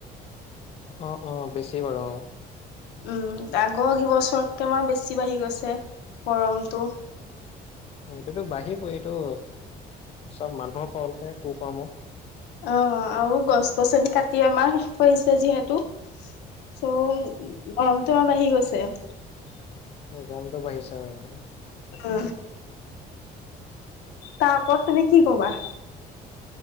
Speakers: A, on the left; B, on the left.
A: অ অ বেছি বাৰু অ
B: উম আগৰ কিবছৰকে আমাৰ বেছি বাঢ়ি গৈছে গৰমটো।
A: এইটোতো বাঢ়িবই এইটো চব মানুহৰ ফল হে কুকৰ্ম।
B: অ আৰু গছ গছনি কাটি আমাৰ শেষ কৰিছে যিহেতু চ' গৰমটো আৰু বাঢ়ি গৈছে।
A: গৰমতো বাঢ়িছে হয়।
B: অ তাৰ ওপৰত তুমি কি কবা